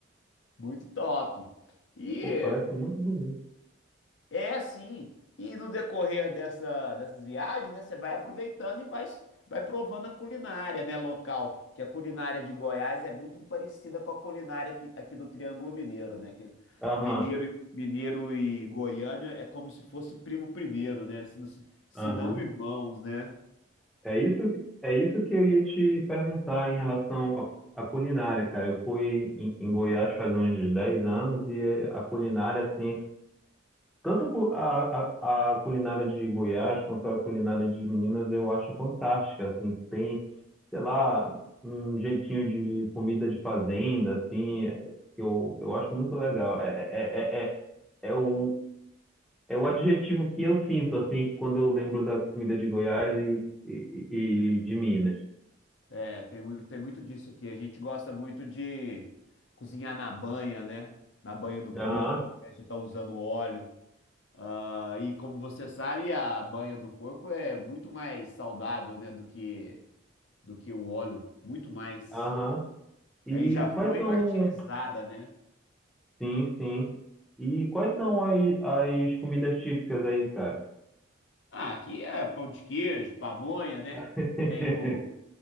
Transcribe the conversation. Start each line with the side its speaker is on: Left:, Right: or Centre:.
Left: Muito top. E
Centre: Pô, parece muito bonito.
Left: É sim. E no decorrer dessa, dessas viagens, né, você vai aproveitando e vai, vai provando a culinária, né, local. Que a culinária de Goiás é muito parecida com a culinária aqui, aqui do Triângulo Mineiro, né? Que
Centre: Aham,
Left: mineiro, e- mineiro e Goiânia é como se fosse primo primeiro, né? Se não, se se
Centre: aham.
Left: não irmãos, né?
Centre: É isso, que- é isso que eu ia te perguntar em relação à à culinária, cara. Eu fui em, em Goiás faz uns 10 anos e eh, a culinária, assim, tanto a, cu- a, a a culinária de Goiás quanto a culinária de Minas, eu acho fantástica, assim, que tem, sei lá, um jeitinho de comida de fazenda, assim, eh, que eu, eu acho muito legal. É, é, é, é, é o, é o adjetivo que eu sinto, assim, quando eu lembro da comida de Goiás e, e, e e de Minas.
Left: É, tem muito, tem muito disso aqui. A gente gosta muito de cozinhar na banha, né? Na banha do porco,
Centre: Aham,
Left: ao invés de estar usando óleo. Ah, e como você sabe, a banha do porco é muito mais saudável, né, do que do que o óleo, muito mais.
Centre: aham. E
Left: Aí já foi
Centre: quais são.
Left: martirizada, né?
Centre: Sim, sim. E quais são as, as comidas típicas aí, cara?
Left: Ah, aqui é pão de queijo, pamonha, né?
Centre: <laughs>
Left: Tem o